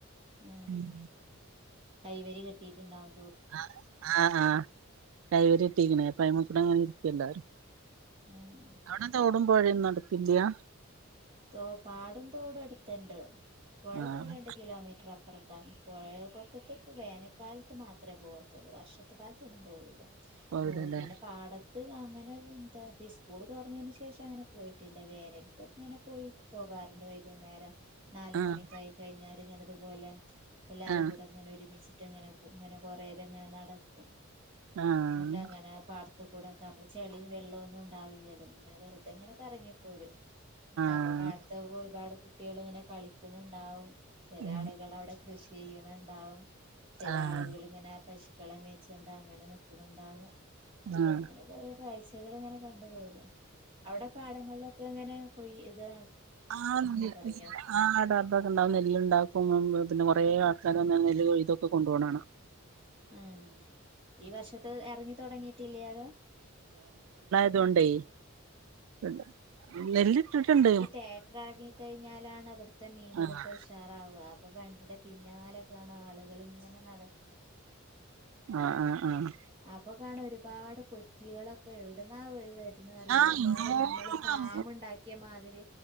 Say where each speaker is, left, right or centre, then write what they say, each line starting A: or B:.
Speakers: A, on the right; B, on the right.
A: ഏഹ്
B: ഉം
A: കൈവരി കെട്ടിയിട്ടുണ്ടാവു
B: ആഹ് ആഹ് ആഹ് കൈവരി ഇട്ടിരിക്കണ് അപ്പ അയിമ്മേകൂടെ അങ്ങനെ ഇരിക്കല്ലാരും.
A: ആഹ്
B: അവിടെ തോടും പൊഴേന്നും അടുത്തില്ലാ?
A: തോ പാടും തോടും അടുത്തിണ്ട്. പുഴപ്പോ
B: ആഹ്
A: രണ്ട് കിലോമീറ്റർ അ പ്പർത്താണ് <unintelligible> പൊക്കത്തക്ക് വേനൽക്കാല ത്ത് മാത്രമേ പോകത്തുള്ളൂ വർഷത്ത് കാലത്തൊന്നും പോവില്ല.
B: പോവൂലല്ലേ
A: തോ പിന്നെ പാട അത് അങ്ങനെ എന്താ സ്കൂൾ തുറന്നതിന് ശേഷം അങ്ങനെ പോയിട്ടില്ല വേനലിക്കും അങ്ങനെ പോയി പോകാറുണ്ട് വൈകുന്നേരം നാല്
B: ആഹ്
A: മണിയൊക്കായി കഴിഞ്ഞാല് ഇങ്ങനെ ത്പോലെ എല്ലാരും
B: ആഹ്
A: കൂടെങ്ങനെ ഒരുമിച്ച് ഇങ്ങനെ പു ഇങ്ങനെ കൊറേകെങ്ങനെ നടക്കും
B: ആഹ്
A: ന്ന്ട്ട് അങ്ങനെ പാട് ടത്ത്കൂടൊക്കാ അപ്പ ചളി വെള്ളാെന്നുണ്ടാവില്ല്യല്ലോ ങ്ങനെ വെറ്തെങ്ങനെ കറങ്ങിപ്പോരും ആപ്പ
B: ആഹ്
A: പാടത്തൊക്കൊ രുപാട് കുട്ടികള്ങ്ങനെ കളിക്ക്ണ് ണ്ടാവും ചെല
B: ഉം
A: ആള്കളവ്ടെ കൃഷ് ചെയ്യ്ണ് ണ്ടാവും ചെല
B: ആഹ്
A: ആള്കള്ങ്ങനെ പശ് ക്കളെ മേച്ചാണ്ട് അങ്ങനെ നിക്ക്ണ് ണ്ടാവും
B: ആഹ്
A: അങ്ങനെയൊക്കെ ഓരോ കാഴ്ച്ച ച്ചകള്ങ്ങനെ കണ്ട് പോരാ അവ്ടെ പാടങ്ങൾലൊക്കെങ്ങനെ പൊയ് ഇത്
B: ആ <unintelligible>
A: തുടങ്ങിയോ
B: ആ ട്രാക്ക്ടറൊക്കെ ഉണ്ടാവും നെല്ല്ണ്ടാ ഇപ്പം <unintelligible> പിന്നെ കൊറെ ആൾക്കാര് വന്നാണ് നെല്ല് കൊയ്‌തൊക്കെ കൊണ്ടു പോണ കാണാം
A: ആഹ് ഈ വർഷത്തെ എറങ്ങി തൊടങ്ങിട്ടില്ലാലോ
B: ഇതോണ്ടേ <unintelligible> നെല്ല് ഇട്ടിട്ടുണ്ട്
A: ട്രാക്ടർ എറങ്ങി കഴിഞ്ഞാലാണിവിടുത്തെ ത്തെ മീൻപിടുത്ത
B: ആഹ്
A: ഉഷാറാവ ഇപ്പൊ വണ്ടിയുടെ പിന്നാലെ കാണ ആള് കള് ഇങ്ങനെ നടക്കും
B: ആഹ് ആഹ് ആഹ്
A: അപ്പൊ കാണ ഒരുപാട് കൊറ്റികളൊക്കെ എവിടുന്ന വ വര ന്ന്റില്ല
B: ആഹ്
A: ഒരുപാട്
B: എന്തോരണ്ടാവും
A: നമ്മള് ഫാമ് ഉണ്ടാക്കിയ മാതിരി